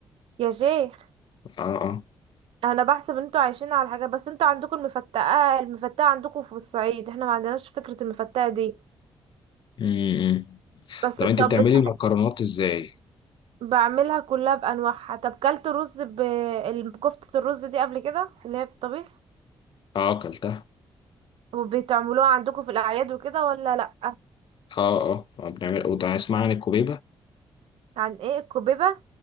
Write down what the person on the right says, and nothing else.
يا شيخ
انا بحسب انتوا عايشين على حاجه بس انتوا عندكم المفتقه المفتقه عندكم في الصعيد احنا ما عندناش فكره المفتقه دي
بس
طب
بت-
بعملها كلها بانواعها طب كلت رز ب ال- كفته الرز دي قبل كده اللي هي في الطبيخ
وبتعملوها عندكم في الاعياد وكده ولا لا
عن ايه الكبيبه